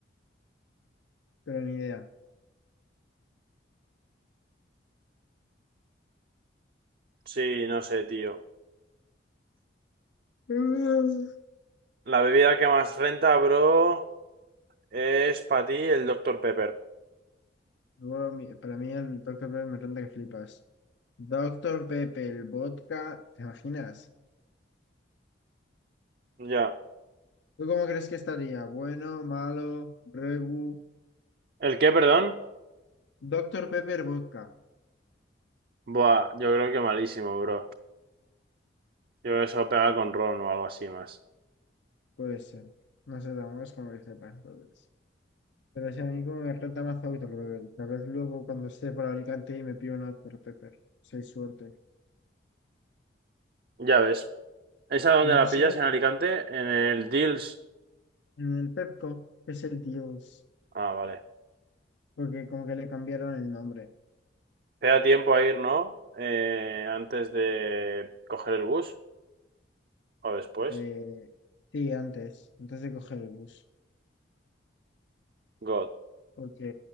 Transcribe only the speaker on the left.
Pero ni idea.
Mm.
Luego, mi- para mí el Doctor Pepe me renta que flipas. Doctor Pepe el vodka, ¿te imaginas?
¿Tú cómo crees que estaría? ¿Bueno, malo, regu?
doctor Pepe el vodka.
Puede ser. No sé, tampoco es como que sepa, entonces. Pero si a mí como me renta más Doctor Pepper. Tal vez luego cuando esté por Alicante y me pido una Dr. Pepper. Soy suerte.
Lo
que sea,
en el Pepco es el Dios.
Porque como que le cambiaron el nombre.
Eh, sí, antes. Antes de coger el bus.
Porque,